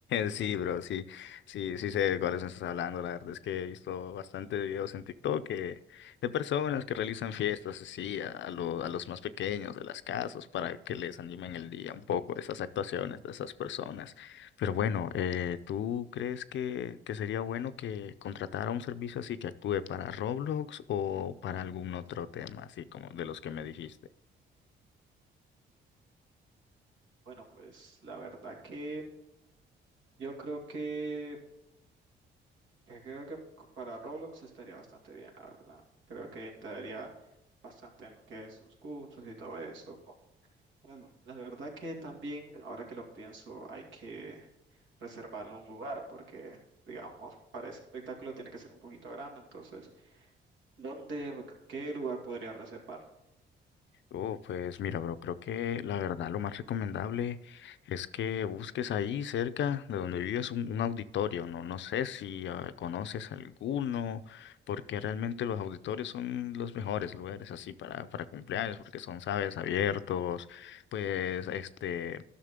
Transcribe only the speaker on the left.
Sí, bro, sí, sí, sí sé de cuáles estás hablando. La verdad es que he visto bastantes videos en TikTok que- de personas que realizan fiestas así a, a lo- a los más pequeños de las casas para que les animen el día un poco, esas actuaciones de esas personas. Pero bueno, eh, ¿tú crees que, que sería bueno que contratara un servicio así que actúe para Roblox o para algún otro tema, así como de los que me dijiste?
Oh, pues mira, bro, creo que la verdad lo más recomendable es que busques ahí cerca de donde vives un, un auditorio, ¿no? No sé si ah, conoces alguno, porque realmente los auditorios son los mejores lugares así para, para cumpleaños, porque son, sabes, abiertos, pues, este,